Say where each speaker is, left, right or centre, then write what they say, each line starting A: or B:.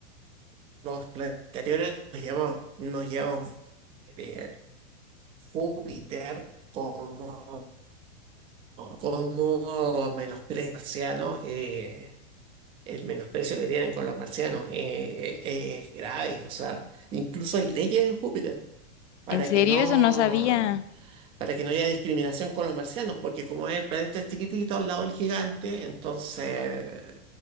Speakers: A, on the right; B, on the left.
A: Los planetas interiores nos llevamos, nos llevamos bien. Júpiter como, como menosprecio marciano, eh, el menosprecio que tienen con los marcianos eh, eh, es grave. O sea, incluso hay leyes en Júpiter para
B: ¿en serio?
A: que no,
B: Eso no sabía.
A: para que no haya discriminación con los marcianos, porque como es el planeta chiquitito al lado del gigante, entonces